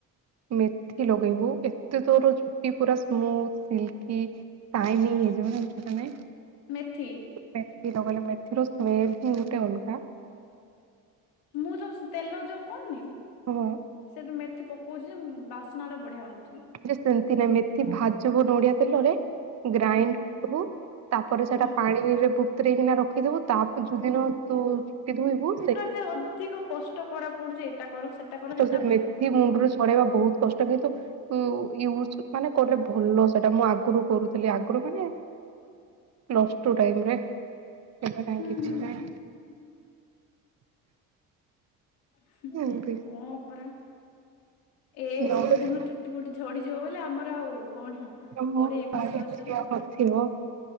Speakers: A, on the right (about 45°); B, on the left (about 80°).
A: ମେଥି ଲଗେଇବୁ ଏତେ ତୋର ଚୁଟି ପୁରା ସ୍ମୁଥ ସିଲକି। ସାଇନି ହେଇଯିବ ଜାଣିଛୁ ନା ନାଇ।
B: ମେଥି।
A: ମେଥି ଲଗେଇଲେ ମେଥି ର ସ୍ମେଲ୍ ହିଁ ଗୋଟେ ଅଲଗା।
B: ମୁଁ ଯୋଉ ତେଲ ଯ କରୁନି
A: ହଁ
B: ସେଠି ମେଥି ପକଉଛି ଯେ ବା ସ୍ନା ଟା ବଢିଆ ହେଉଛି।
A: ସେମତି ନାଇ ମେଥି ଭାଜିବୁ ନଡିଆ ତେଲରେ ଗ୍ରାଇଣ୍ଡ
B: ହଁ।
A: କରିବୁ। ତାପରେ ସେଟା
B: ହୁଁ
A: ପାଣିରେ ବତରେଇକିନା ରଖିଦବୁ ତା ପରେ ଯୁଦିନ ତୁ ଚୁଟି ଧୁଇବୁ
B: ଯେ ଅଧିକ କଷ୍ଟ ତ ପରା ପଡୁଛି ଏଟା କର ସେଟା କର ହେଟା
A: ସେ ମେଥି ମୁଣ୍ଡରୁ ଛଡ଼େଇବା ବହୁତ୍ କଷ୍ଟ କିନ୍ତୁ ଓ ୟୁଜ ମାନେ କଲେ ଭଲ ସେଟା ମୁଁ ଆଗରୁ କରୁଥିଲି ଆଗରୁ ମାନେ ପ୍ଲସ ଟୁ ଟାଇମ ରେ ଏବେ କାଇଁ
B: ହୁଁ
A: କିଛି
B: ହୁଁ
A: ନାଁଇ
B: ହୁଁ
A: ଏମତି
B: ହଁ ପରା। ଏ ଏଜ୍
A: ଲକ୍ଷ୍ୟ
B: ରୁ ଯଦି ଆମ ଚୁଟି ଫୁଟି ଝଡିଯିବ ବୋଲି ଆମର ଆଉ କଣ
A: ମୋ
B: କୋଡିଏ ଏକୋଇଶି
A: ପାଠ
B: ବୟସ
A: ଝିଅ
B: ରୁ-
A: ନଥିବ